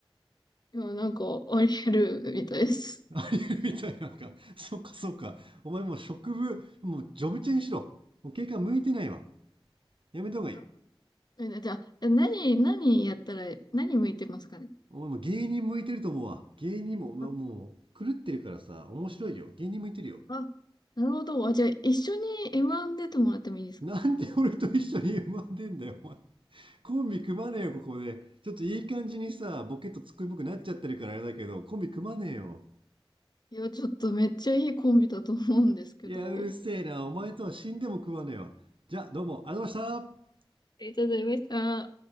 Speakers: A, on the left; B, on the right.
A: 今なんか、あり得るみたいです。
B: ありえるみたいなんか。そっかそっか。お前もう職務、もうジョブチェンしろ。もう警官向いてないわ。やめた方がいい。
A: じゃあ、<laughs> じゃあ何、何やったら、何向いてますかね。
B: お前もう芸人向いてると思うわ。芸人も、もう狂ってるからさ、
A: あ、
B: 面白いよ。芸人向いてるよ。
A: あなるほど。あ、じゃあ、一緒に M1 出てもらってもいいですか
B: なんで俺と一緒に M1 出んだよ、お前。コンビ組まねえよ、ここで。ちょっといい感じにさ、ボケとツッコミっぽくなっちゃってるからあれだけど、コンビ組まねえよ。
A: いや、ちょっとめっちゃいいコンビだと思うんですけど。
B: いや、うるせえな。お前とは死んでも組まねえわ。じゃあ、どうも、ありがとうございました。
A: え、ちょっと、めっちゃ、